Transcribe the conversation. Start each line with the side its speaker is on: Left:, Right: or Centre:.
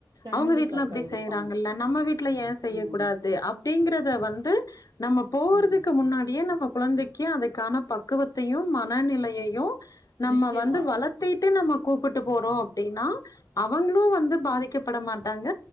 Right: கண்டிப்பா
Left: அவுங்க வீட்ல அப்டி
Right: கண்டிப்பாங்க
Left: செய்றாங்கல்ல நம்ம வீட்ல ஏன் செய்யக்கூடாது
Right: ம்
Left: அப்டிங்கிறத வந்து நம்ம போகறதுக்கு
Right: ம்
Left: முன்னாடியே நம்ம கொழந்தை க்கி அதுக்கான பக்குவத்தையும் மனநிலையையு நம்ம
Right: நிச்சயமா
Left: வந்து வள த்திட்டு நம்ம கூப்புட்டு போறோ அப்டின்னா அவுங்ளு வந்து பாதிக்கப்பட மாட்டாங்க